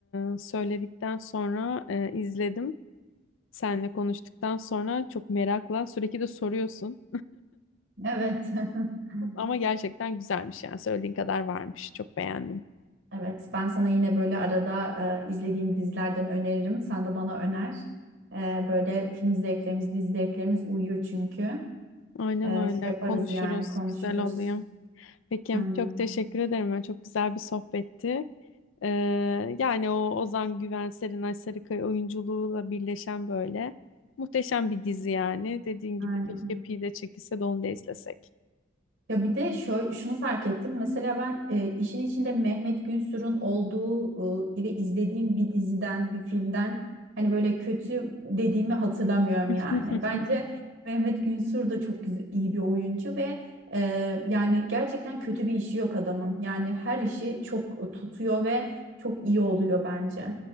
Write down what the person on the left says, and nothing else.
e, söyledikten sonra e, izledim. Seninle konuştuktan sonra çok merakla sürekli de soruyorsun.
Ama gerçekten güzelmiş yani söylediğin kadar varmış. Çok beğendim.
Aynen
öyle.
Konuşuruz.
Güzel oluyor. Peki.
Çok teşekkür ederim. Yani Çok güzel bir sohbetti. E, yani o Ozan Güven, Serenay Sarıkaya oyunculuğuyla birleşen böyle muhteşem bir dizi yani. Dediğin
gibi keşke Pide çekilse de onu da izlesek.
<laughs>